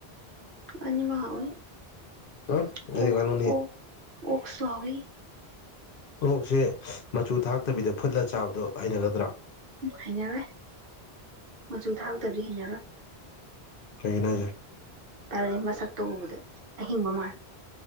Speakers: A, on the right; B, on the left.
A: ꯑꯅꯤꯃꯛ ꯍꯥꯎꯏ
B: ꯎꯝ
A: ꯑꯣ
B: ꯑꯩꯗꯤ ꯉꯥꯅꯨꯅꯤ
A: ꯑꯣ ꯑꯣꯛꯁꯨ ꯍꯥꯎꯏ
B: ꯑꯣꯛ ꯁꯦ ꯃꯆꯨ ꯊꯥꯛꯇꯕꯤꯗ ꯐꯨꯠꯂ ꯆꯥꯕꯗꯣ ꯍꯩꯅꯒꯗ꯭ꯔꯥ
A: ꯎꯝ ꯍꯩꯅꯔꯣꯏ ꯃꯆꯨ ꯊꯥꯛꯇꯔꯗꯤ ꯍꯩꯅꯔꯣꯏ
B: ꯀꯩꯒꯤꯅꯣ ꯍꯥꯏꯖꯦ
A: ꯇꯜꯂꯤ ꯃꯁꯛꯇꯣ ꯎꯕꯗ ꯑꯍꯤꯡꯕ ꯃꯥꯜ